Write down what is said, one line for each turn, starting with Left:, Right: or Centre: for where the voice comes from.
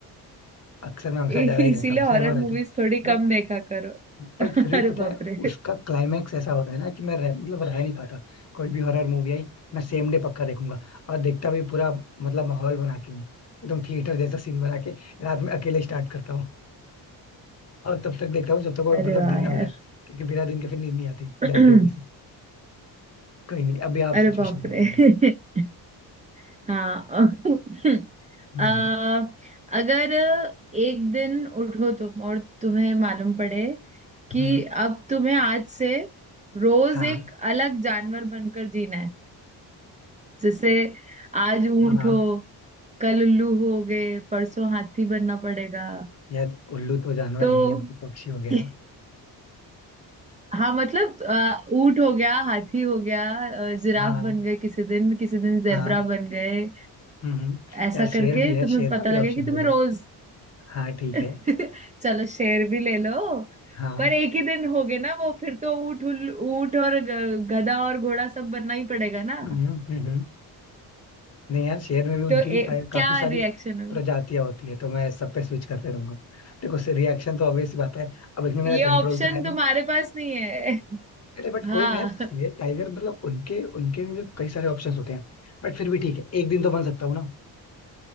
Left: अक्सर मैं हमेशा
Right: इसीलिए
Left: डरा ही रहता हूँ
Right: हॉरर
Left: सहमा रहता
Right: मूवीज
Left: हूँ
Right: थोड़ी
Left: बट
Right: कम देखा करो
Left: बट
Right: <laughs>
Left: फिर भी
Right: अरे
Left: पता
Right: बाप
Left: है
Right: रे
Left: उसका क्लाइमैक्स ऐसा होता है ना कि मैं रह, मतलब रह नहीं पाता कोई भी हॉरर मूवी आई मैं सेम डे पक्का देखूंगा और देखता भी पूरा मतलब माहौल बना के हूँ एकदम थिएटर जैसा सीन बना के रात में अकेले स्टार्ट करता हूँ और तब तक देखता हूँ जब तक वो मतलब
Right: अरे वाह
Left: दिन ना
Right: यार
Left: हो जाए क्योंकि बिना दिन के फिर नींद नहीं आती
Right: <clears throat>
Left: डर की वजह से कोई नहीं अभी आप
Right: अरे
Left: सिचुएशन
Right: बाप
Left: दो
Right: रे
Left: कोई
Right: <laughs> हाँ <laughs>
Left: जैसी
Right: आ, अगर एक दिन उठो तुम और तुम्हें मालूम पड़े
Left: हम्म
Right: कि अब तुम्हें आज से रोज
Left: हाँ
Right: एक अलग जानवर बनकर जीना है जैसे आज ऊंट
Left: हाँ हाँ,
Right: हो कल उल्लू हो गए परसों हाथी बनना पड़ेगा
Left: यार उल्लू तो जानवर
Right: तो
Left: नहीं है वो तो पक्षी हो गया
Right: <laughs>
Left: ना
Right: हाँ मतलब अ, ऊंट हो गया हाथी हो गया अ, जिराफ
Left: हाँ
Right: बन गए किसी दिन किसी दिन जेब्रा
Left: हाँ
Right: बन गए
Left: हम्म हम्म,
Right: ऐसा
Left: यार शेर
Right: करके
Left: भी है
Right: तुम्हें
Left: शेर
Right: पता
Left: का भी ऑप्शन
Right: लगे कि तुम्हें
Left: दे दो
Right: रोज
Left: हाँ ठीक है
Right: <laughs> चलो शेर भी ले लो
Left: हाँ
Right: पर एक ही दिन हो गए ना वो फिर तो ऊँट उल- ऊँट और ग- गधा और घोड़ा सब बनना ही पड़ेगा ना
Left: हम्म हम्म हम्म। नहीं यार शेर में भी उनकी
Right: तो ए,
Left: भी का, काफी
Right: क्या
Left: सारी
Right: रिएक्शन होगा
Left: प्रजातियां होती है तो मैं सब पे स्विच करते रहूंगा देखो से रिएक्शन तो ऑब्वियस बात है अब इसमें मेरा
Right: ये
Left: कंट्रोल
Right: ऑप्शन
Left: तो है नहीं
Right: तुम्हारे पास नहीं है <laughs>
Left: अरे बट
Right: हाँ
Left: कोई नहीं यार शेर टाइगर मतलब उनके उनके में भी कई सारे ऑप्शंस होते हैं बट फिर भी ठीक है एक दिन तो बन सकता हूँ ना